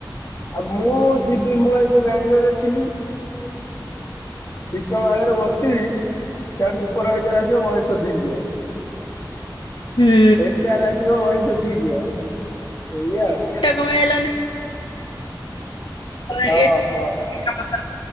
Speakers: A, on the left; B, on the left.
A: ଆଉ ମୁଁ ଯିବି ମୁଁ ଏଇ ଯୋଉ ବାଙ୍ଗାଲୋରରେ ଥିଲି ସିଷ୍ଟମ୍ ଆଗରେ ବସିଥିବ ସିଆଡୁ ସୁପରଭାଇଜର ଆସିବ ବହେ ସୋଦିକି ଯିବ।
B: ହୁଁ
A: ଏ ଚାର ଆସିବ ବହେ ସୋଦିକି ଯିବ ଏଇୟା ଆଉ।
B: କମେ ହେଲାନି? ଏଇ
A: ହଁ, ହଁ।
B: କାମ ଟା